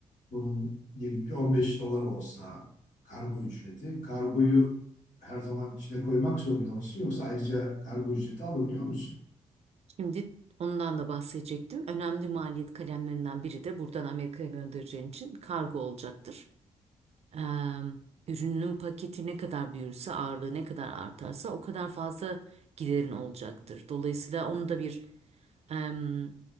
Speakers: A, on the left; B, on the right.
A: bunun diyelim ki 15 dolar olsa kargo ücreti. Kargoyu her zaman içine koymak zorunda mısın yoksa ayrıca kargo ücreti alabiliyor musun?
B: Şimdi ondan da bahsedecektim. Önemli maliyet kalemlerinden biri de buradan Amerika'ya göndereceğin için kargo olacaktır. Eee, ürünün paketi ne kadar büyürse, ağırlığı ne kadar artarsa o kadar fazla giderin olacaktır. Dolayısıyla onu da bir em,